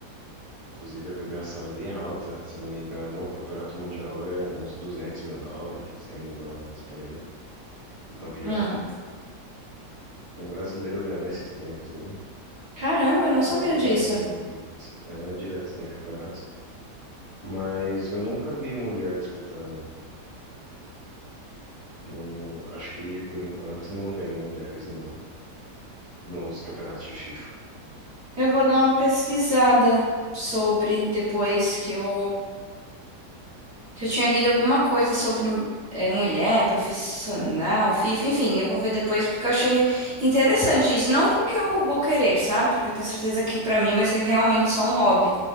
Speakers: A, on the left; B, on the right.
A: inclusive a premiação é bem alta. Se eu não me engano, o campeonato mundial é uns duzentos mil dólares, cem mil dólares por aí. O campeão.
B: Hum.
A: Um brasileiro ganhou esses tempos aí.
B: Caramba, não sabia
A: Mas
B: disso.
A: é, direto tem campeonato. Mas eu nunca vi mulher disputando. Não, acho que por enquanto não tem mulheres no, nos campeonatos de FIFA.
B: Eu vou dar uma pesquisada sobre depois que eu que eu tinha lido alguma coisa sobre eh, mulher, profissional, FIFA, enfim, eu vou ver depois porque eu achei interessante isso. Não porque eu vou querer, sabe? Porque eu tenho certeza que pra mim vai ser realmente só um hobby.